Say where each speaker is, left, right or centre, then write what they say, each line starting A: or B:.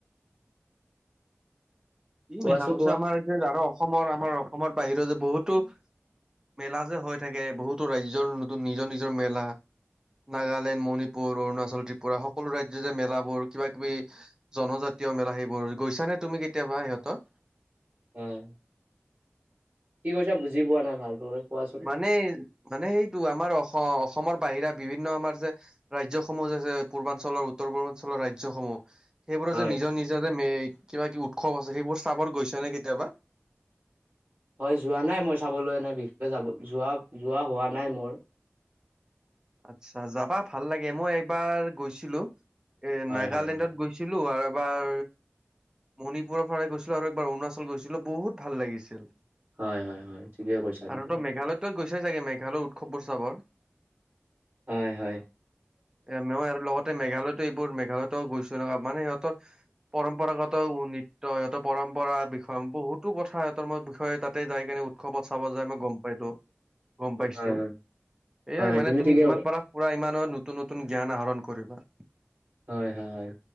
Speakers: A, on the right (about 45°); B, on the right (about 15°).
A: <unintelligible>
B: ই মেলা কছে
A: কোৱা
B: আমাৰ যে আৰু অসমৰ আমাৰ অসমৰ বাহিৰৰ যে বহুতো মেলা যে হৈ থাকে বহুতো ৰাজ্যৰ নতুন নিজৰ নিজৰ মেলা নাগালেণ্ড মণিপুৰ অৰুণাচল ত্ৰিপুৰা সকলো ৰাজ্য যে মেলাবোৰ কিবা কিবি জনজাতীয় মেলা সেইবোৰ গৈছা নে তুমি কেতিয়াবা সিহঁতৰ?
A: হয়। কি কৈছা বুজি পোৱা নাই ভালদৰে কোৱাচোন?
B: মানে মানে সেইটো আমাৰ অসম অসমৰ বাহিৰা বিভিন্ন আমাৰ যে ৰাজ্যসমূহে যে পূৰ্বাঞ্চলৰ উত্তৰ পূৰ্বাঞ্চলৰ ৰাজ্যসমূহ সেইবোৰৰ
A: হয়
B: যে নিজৰ নিজৰ মে কিবা কি উৎসৱ আছে সেইবোৰ চাবৰ গৈছা নে কেতিয়াবা?
A: হয় যোৱা নাই মই চাবলৈ নাই বিশেষকে যাব যোৱা যোৱা হোৱা নাই মোৰ।
B: আচ্ছা যাবা ভাল লাগে মই এবাৰ গৈছিলো এ
A: হয়
B: নাগালেণ্ডত
A: হয় হয়
B: গৈছি- ছিলো আৰু এবাৰ মণিপুৰৰ ফালে গৈছিলো আৰু একবাৰ অৰুণাচল গৈছিলোঁ বহুত ভাল লাগিছিল।
A: হয় হয় হয় ঠিকে কৰিছা
B: আৰু
A: তুমি।
B: মেঘালয়তো তই গৈছাই চাগে মেঘালয় উৎসৱ বোৰ চাবৰ
A: হয় হয়
B: এ মেৱই আৰু লগতে মেঘালয়তো এইবোৰ মেঘালয়তো গৈছো এনকা মানে ইহঁত- তৰ পৰম্পৰাগত নৃত্য সিহঁতৰ পৰম্পৰা বিষয় বহুতো কথাত তৰ মই বিষয়ে তাতে যাই কিনে উৎ- উৎসৱত চাব যায় মই গম পাইলো গম পাইছো
A: হয় হয় হয়
B: এইয়াই মানে
A: তুমি ঠিকে
B: পুৰা ইমান নতুন নতুন জ্ঞান আহৰণ কৰিবা
A: হয় হয় হয়